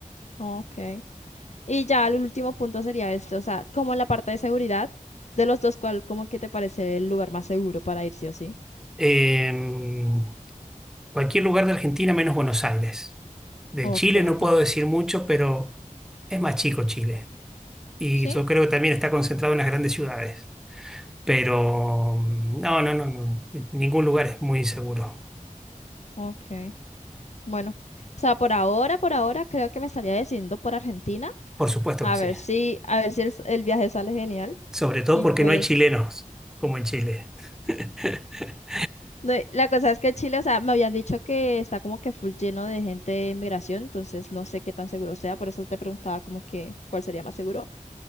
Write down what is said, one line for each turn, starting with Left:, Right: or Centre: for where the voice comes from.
Left: Ok. Y ya el último punto sería este. O sea, como en la parte de seguridad, de los dos, ¿cuál como que te parece el lugar más seguro para ir sí o sí?
Centre: En cualquier lugar de Argentina menos Buenos Aires. De
Left: Ok,
Centre: Chile no
Left: va.
Centre: puedo decir mucho, pero es más chico Chile. Y
Left: ¿Sí?
Centre: yo creo que también está concentrado en las grandes ciudades. Pero mm, no, no, no, no. Ningún lugar es muy inseguro.
Left: Ok. Bueno. O sea, por ahora, por ahora, creo que me estaría decidiendo por Argentina.
Centre: Por supuesto
Left: A
Centre: que sí.
Left: ver si, a ver si el, el viaje sale genial.
Centre: Sobre todo
Left: Y
Centre: porque
Left: pues...
Centre: no hay chilenos como en Chile. <laughs>
Left: No, y la cosa es que Chile, o sea, me habían dicho que está como que full lleno de gente de migración, entonces no sé qué tan seguro sea, por eso te preguntaba como que cuál sería más seguro,